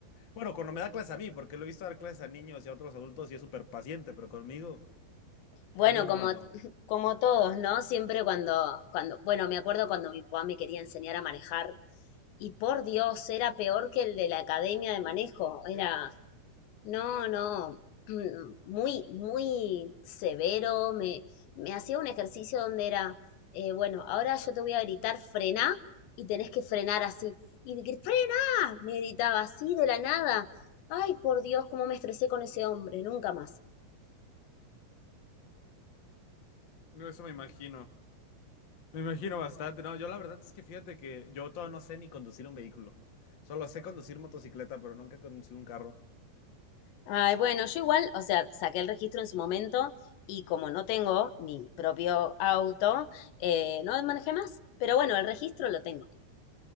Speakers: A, on the left; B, on the left.
A: Bueno, cuando me da clases a mí, porque lo he visto dar clases a niños y a otros adultos y es súper paciente, pero conmigo,
B: Bueno,
A: conmigo nomás
B: como,
A: no.
B: como todos, ¿no? Siempre cuando, cuando, bueno, me acuerdo cuando mi papá me quería enseñar a manejar y por Dios, era peor que el de la academia de manejo, era No, no, <clears throat> mm, muy, muy severo. Me, me hacía un ejercicio donde era, eh, bueno, ahora yo te voy a gritar frená y tenés que frenar así. Y de que frená, me gritaba así de la nada. Ay, por Dios, cómo me estresé con ese hombre, nunca más.
A: No, Eso me imagino. Me imagino bastante. No, yo la verdad es que fíjate que yo todavía no sé ni conducir un vehículo. Solo sé conducir motocicleta, pero nunca he conducido un carro.
B: Ay, bueno, yo igual, o sea, saqué el registro en su momento y como no tengo mi propio auto, eh, no manejé más. Pero bueno, el registro lo tengo.